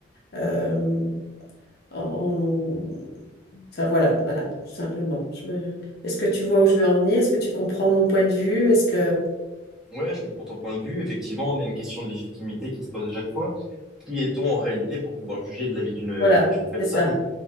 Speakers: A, on the left; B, in the centre.
A: euh, on, enfin voilà, voilà, tout simplement. Je me- Est-ce que tu vois où je veux en venir? Est-ce que tu comprends mon point de vue? Est-ce que,
B: Ouais, je comprends ton point de vue. Effectivement, on a une question de légitimité qui se pose à chaque fois. Qui est-on en réalité pour pouvoir juger de la vie d'une
A: voilà,
B: d'une personne,
A: c'est ça.